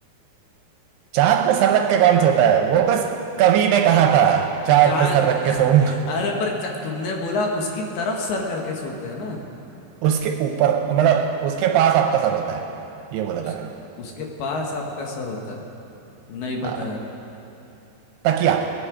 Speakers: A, on the right (about 75°); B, on the left (about 70°).
A: चांद पे सर रख के कौन सोता है वो बस कवि ने कहा था चांद
B: चांद
A: पे सर
B: <laughs>
A: रख के सोऊंगा
B: अरे पर चा... तुमने बोला उसकी तरफ सर करके सोते हैं ना
A: उसके ऊपर मतलब उसके पास आपका सर होता है ये बोला
B: उस
A: था मैंने
B: उसके पास आपका सर होता है नहीं
A: हाँ
B: पता यार
A: तकिया